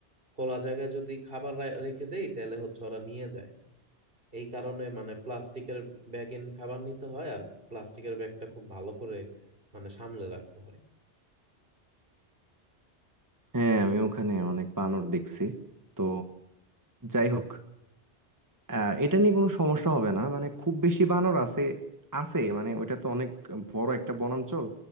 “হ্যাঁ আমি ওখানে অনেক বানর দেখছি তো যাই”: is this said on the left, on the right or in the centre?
Right